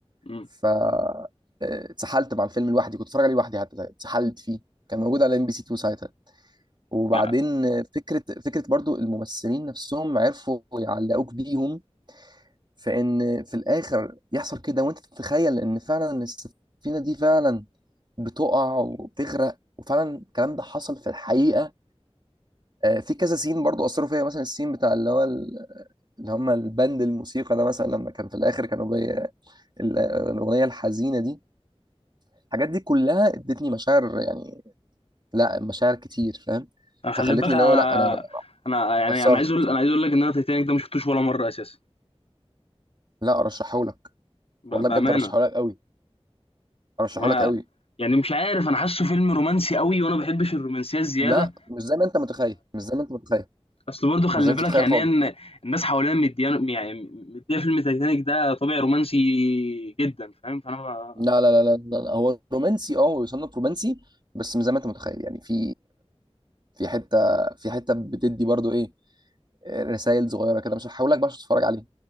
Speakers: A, on the left; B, on the right.
A: امم
B: ف آه، اتسحلت مع الفيلم لوحدي كنت اتفرج عليه لوحدي حتى اتسحلت فيه كان موجود على ام بي سي 2 ساعتها وبعدين
A: يعني
B: فكرة فكرة برضو الممثلين نفسهم عرفوا يعلقوك بيهم في ان في الاخر يحصل كده وانت تتخيل ان فعلا إن السفينة دي فعلا بتقع وبتغرق وفعلا الكلام ده حصل في الحقيقة آه، في كذا سين برضو اثروا فيا مثلا السين بتاع اللي هو ال- اللي هم البند الموسيقى ده مثلا لما كان في الاخر كانوا بي... ال- الاغنية الحزينة دي الحاجات دي كلها ادتني مشاعر يعني لا مشاعر كتير فاهم
A: أنا خلي
B: فخلتني
A: بالك
B: اللي
A: انا
B: هو لا انا
A: انا يعني
B: اتأثرت
A: انا عايز اقول انا عايز اقول لك ان انا تايتانيك ده ما شفتوش ولا مره اساسا
B: لا ارشحهولك
A: ب-
B: والله
A: بامانه
B: بجد ارشحه لك قوي ارشحه
A: وانا
B: لك قوي
A: يعني مش عارف انا حاسه فيلم رومانسي قوي وانا ما بحبش الرومانسيه الزياده
B: لا مش زي ما انت متخيل مش زي ما انت متخيل
A: اصل برضه خلي
B: مش زي ما
A: بالك
B: انت متخيل
A: يعني
B: خالص
A: إن الناس حواليا مديان يعني مديه فيلم تايتانيك ده طابع رومانسي جدا فاهم فانا ما-
B: لا لا لا لا, لا. هو رومانسي اه هو يصنف رومانسي بس مش زي ما انت متخيل يعني في في حته في حته بتدي برضو ايه رسائل صغيره كده مش هحاول لك بقى عشان تتفرج عليه